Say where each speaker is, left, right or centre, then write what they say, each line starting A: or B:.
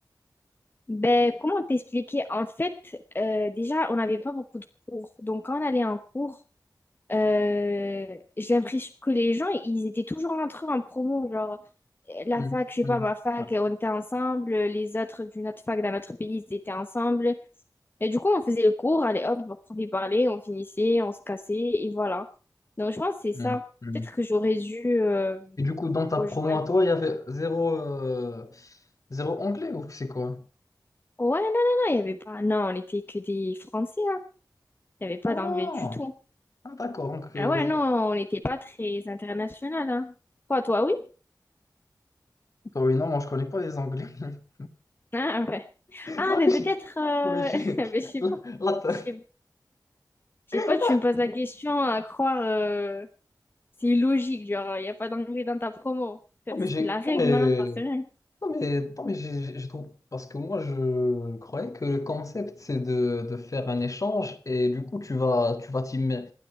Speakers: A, on the left; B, on the left.
A: Ben, comment t'expliquer? En fait, euh, déjà, on n'avait pas beaucoup de cours. Donc, quand on allait en cours, Euh, j'ai l'impression que les gens, ils étaient toujours entre eux en promo. Genre, euh, la
B: Mhm,
A: fac, je sais
B: mhm,
A: pas, ma fac,
B: ouais,
A: on était ensemble. Les autres d'une autre fac dans notre pays, ils étaient ensemble. Et du coup, on faisait le cours, allez hop, on prof il parlait, on finissait, on se cassait, et voilà. Donc, je pense que c'est
B: mhm,
A: ça.
B: mhm.
A: Peut-être que j'aurais dû euh,
B: Et du coup, dans ta
A: rejoindre.
B: promo à toi, il y avait zéro, euh, zéro anglais ou c'est quoi?
A: Ouais, non, non, non, il y avait pas. Non, on n'était que des Français, hein. Il n'y avait pas
B: Ah,
A: d'anglais du tout.
B: Ah, d'accord. Donc,
A: Ah
B: euh,
A: ouais, non,
B: vous-
A: on n'était pas très international, hein. Quoi, toi, oui?
B: Ah oui, non, moi, je connais pas les anglais. <laughs>
A: Ah, ouais. Ah,
B: Non,
A: mais
B: mais
A: peut-être.
B: j'ai...
A: euh,
B: non, mais j'ai-
A: <laughs> mais je sais
B: Là,
A: pas.
B: là, t'as-
A: Je sais je
B: <laughs>
A: sais pas, tu me poses la question à croire. euh, C'est illogique, genre, il n'y a pas d'anglais dans ta promo. Peut-être
B: non, mais
A: que c'était
B: j'ai...
A: la règle,
B: non, mais-
A: hein, j'en sais rien.
B: Non mais, non, mais j'ai- j'ai- je trouve, parce que moi je croyais que le concept c'est de, de faire un échange et du coup tu vas tu vas t'im-